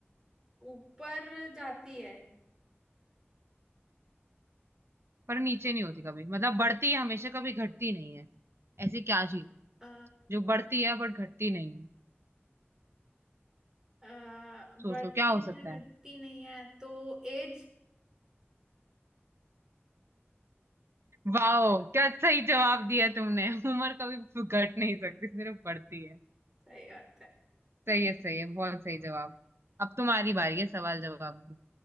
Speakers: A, on the right; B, on the right.
A: ऊपर जाती है
B: पर नीचे नहीं होती कभी मतलब बढ़ती है हमेशा कभी घटती नहीं है ऐसी क्या चीज है
A: अ,
B: जो बढ़ती है बट घटती नहीं है
A: आ, बढ़ती
B: सोचो क्या हो सकता
A: है
B: है
A: घटती नहीं है तो एज
B: वाह क्या सही जवाब दिया तुमने <laughs> उम्र कभी घट नहीं सकती सिर्फ बढ़ती है
A: सही बात है
B: सही है सही है बहुत सही जवाब अब तुम्हारी बारी है सवाल जवाब की